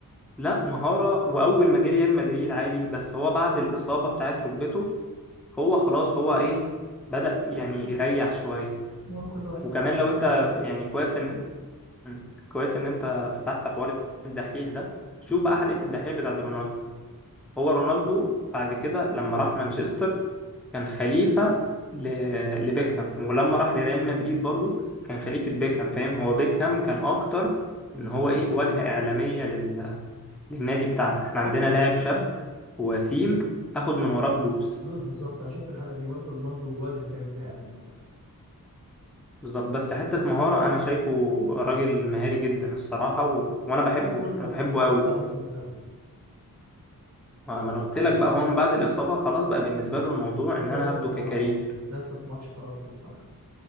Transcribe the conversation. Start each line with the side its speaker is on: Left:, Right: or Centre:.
Centre: لا مهارة وأول ما جه ريال مدريد عادي بس هو بعد الإصابة بتاعت ركبته هو خلاص هو إيه بدأ يعني يريح شوية
Right: هو كل واحد
Centre: وكمان
Right: وراء طبعا
Centre: لو انت
Right: طيب
Centre: يعني كويس ان مم. كويس ان انت فتحت حوار الدحيح ده شوف بقى حلقة الدحيح بتاعت رونالدو هو رونالدو بعد كده لما راح مانشستر كان خليفة ل... لبيكهام ولما راح لريال مدريد برضو كان خليفة بيكهام فاهم هو بيكهام كان اكتر ان هو ايه واجهة اعلامية لل... للنادي بتاعنا احنا عندنا
Right: برضه
Centre: لاعب شاب وسيم
Right: مم.
Centre: هاخد من وراه فلوس
Right: فلوس بالظبط انا شفت الحلقه دي برضه رونالدو واجهه تعمل بيها اعلانات فعلا
Centre: بالظبط بس حتة مهارة انا شايفه راجل مهاري جدا الصراحة
Right: طب،
Centre: و... وانا بحبه
Right: خلي بالك برضه
Centre: انا بحبه
Right: هو
Centre: قوي
Right: بتاع بيزنس قوي
Centre: ما ما انا قلت لك بقى هو من بعد الاصابه خلاص بقى بالنسبه له الموضوع ان
Right: إصابة
Centre: انا هاخده
Right: اللي هو
Centre: ككارير
Right: جات له في ماتش فرنسا دي صح؟